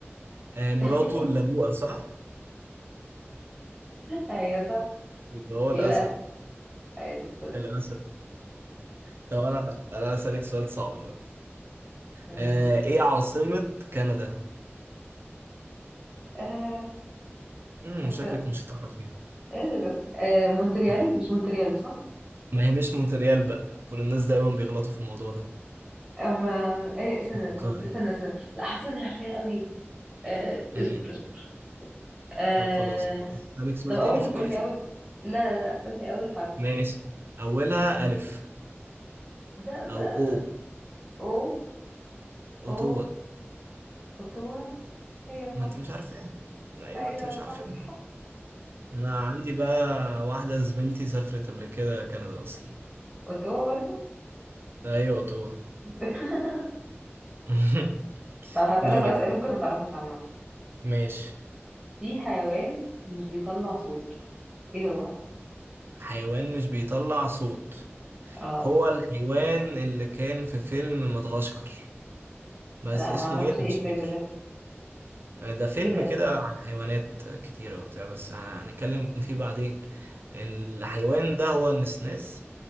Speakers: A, on the right; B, in the centre.
A: آه مراته
B: <laughs>
A: اللي ابوها صح
B: ايوه صح
A: يبقى هو الاسد
B: ايه بقى ايوه شطور
A: الاسد طب انا انا هسألك سؤال صعب بقى
B: أمي.
A: آه ايه عاصمة كندا
B: آه
A: امم
B: بس
A: شكلك مش هتعرفيها
B: قادر بس آه مونتريال
A: طبعا
B: مش مونتريال صح
A: ما هي مش مونتريال بقى كل الناس دايما بيغلطوا في الموضوع ده
B: اما ايه استنى
A: فكري
B: طب استنى استنى لا حاسه اني عارفاها قوي آه
A: امم
B: اصبر اصبر آه
A: طب خلاص طب هسألك سؤال
B: طب اول
A: تاني فكري
B: قول لي
A: فيه
B: اول لا لا لا قول لي اول حرف
A: ماشي اولها الف
B: ده
A: او
B: ده
A: او
B: او
A: اوتوا
B: او اوتوا ايوه
A: ما
B: صح
A: انت مش عارفاها ايوه
B: ايوه
A: انت مش عارفاها
B: صح
A: انا عندي بقى واحده زميلتي سافرت قبل كده كندا اصلا
B: قلت هو برضه
A: ايوه اوتوا
B: <laughs>
A: <laughs>
B: طب هسألك
A: دورك
B: بقى سؤال ممكن ما تعرفوش عامة
A: ماشي
B: في حيوان مش بيطلع صوت ايه هو
A: حيوان مش بيطلع صوت
B: اه
A: هو الحيوان اللي كان في فيلم مدغشقر بس
B: لا
A: اسمه
B: ما اعرفش
A: ايه انا
B: ايه
A: مش
B: الفيلم
A: فاكر
B: ده
A: ده فيلم
B: ايه ده
A: كده عن حيوانات كتيرة وبتاع بس هنتكلم فيه بعدين الحيوان ده هو النسناس